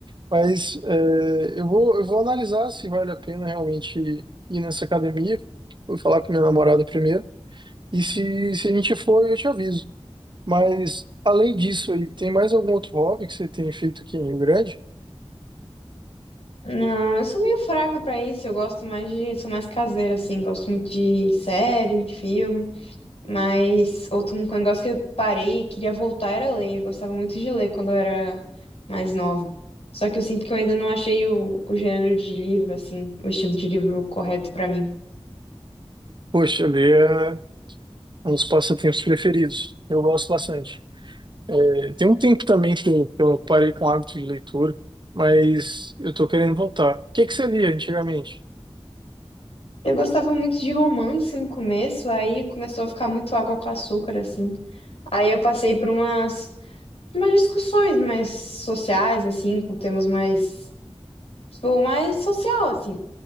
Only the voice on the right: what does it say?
Mas é, eu vou, eu vou analisar se vale a pena realmente ir nessa academia. Vou falar com minha namorada primeiro. E se, se a gente for, eu te aviso. Mas além disso aí, tem mais algum outro hobby que você tem feito aqui em Rio Grande?
Poxa, ler é um dos passatempos preferidos. Eu gosto bastante. É, tem um tempo também que eu, que eu parei com o hábito de leitura, mas eu tô querendo voltar. O que que você lia antigamente?